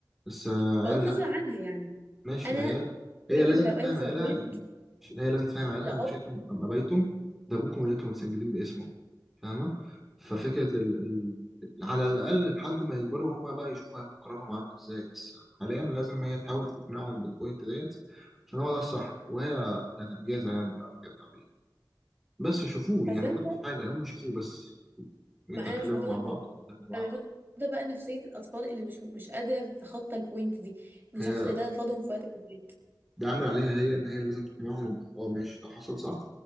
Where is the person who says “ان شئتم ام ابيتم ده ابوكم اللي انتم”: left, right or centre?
Centre